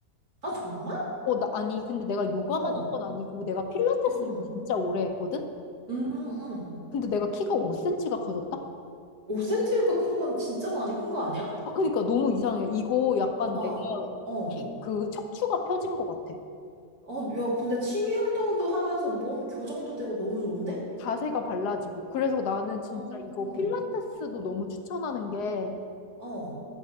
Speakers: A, on the right (about 65°); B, on the left (about 75°).
A: 아, 정말?
B: 어, 나 아니 근데 내가 요가만
A: 어,
B: 한 건 아니고 내가 필라테스를
A: 응,
B: 진짜 오래 했거든?
A: 응, 응.
B: 근데 내가 키가 5cm가 커졌다?
A: 5cm가 큰 건 진짜 많이 큰 거 아니야?
B: 아 그러니까 너무 이상해. 이거 약간
A: 와,
B: 내가
A: 어.
B: 키, 그 척추가 펴진 것 같아.
A: 어, 야, 근데 취미 활동도 하면서 몸 교정도 되고 너무 좋은데?
B: 자세가 발라지고. 그래서 나는
A: 어,
B: 진짜 이거 필라테스도 너무 추천하는 게
A: 어,